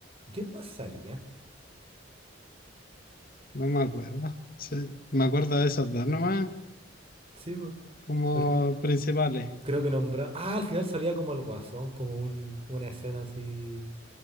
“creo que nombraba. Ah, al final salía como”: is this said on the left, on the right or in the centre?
Right